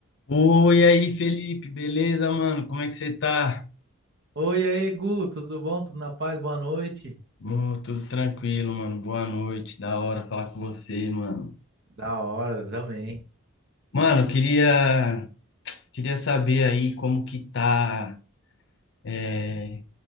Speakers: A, on the left; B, on the right.
A: Oi, aí, Felipe, beleza, mano? Como é que você tá?
B: Oi, aí, Gu, tudo bom? Tudo na paz? Boa noite.
A: Ô, tudo tranquilo, mano. Boa noite, da hora falar com você, mano.
B: Da hora também.
A: Mano, eu queria, queria saber aí como que tá, é,